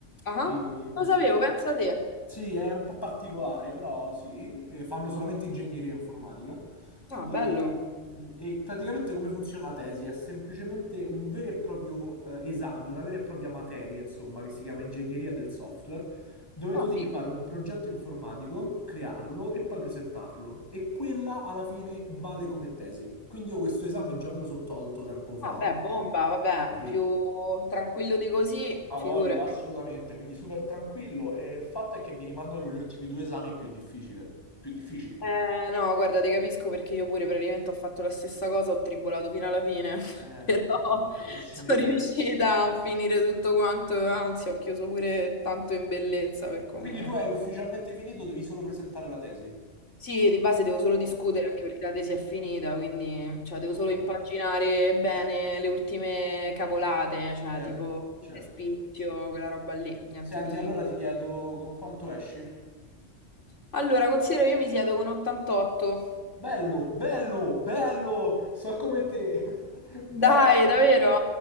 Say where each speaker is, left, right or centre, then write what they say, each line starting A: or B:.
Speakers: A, on the left; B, on the left.
A: Ah,
B: e,
A: Lo sapevo, pensa te.
B: sì, è un po' particolare, però sì, eh, fanno solamente ingegneria informatica.
A: Ah,
B: E,
A: bello.
B: mh, e praticamente come funziona la tesi? È semplicemente un vero e proprio eh, esame, una vera e propria materia, insomma, che si chiama ingegneria del software, dove
A: Ah,
B: tu devi
A: figo.
B: fare un progetto informatico, crearlo e poi presentarlo. E quella alla fine vale come tesi. Quindi io questo esame già me lo sono tolto tempo fa.
A: Vabbè, bomba, vabbè,
B: Sì.
A: più tranquillo di così,
B: Ha
A: figurati.
B: voglia, assolutamente, quindi super tranquillo e il fatto è che mi rimangono gli ultimi due esami più difficile- più difficili.
A: Eh, no, guarda, ti capisco perché io pure praticamente ho fatto la stessa cosa, ho tribolato fino alla fine,
B: Eh,
A: <laughs> però
B: mamma mia, lasciami
A: sono
B: perdere.
A: riuscita a finire tutto quanto, anzi ho chiuso pure tanto in bellezza per come...
B: Quindi tu hai ufficialmente finito, devi solo presentare la tesi.
A: Sì, di base devo solo
B: Bomba,
A: discutere anche perché la tesi è finita, quindi cioè,
B: bomba.
A: devo solo impaginare bene le ultime cavolate, cioè
B: Certo,
A: tipo
B: certo.
A: il spizio, quella roba lì, niente
B: Senti,
A: di...
B: allora ti chiedo con quanto esci?
A: Allora, considero io mi siedo con 88.
B: Bello, bello, bello! So come te! <laughs> Bello!
A: Dai, davvero?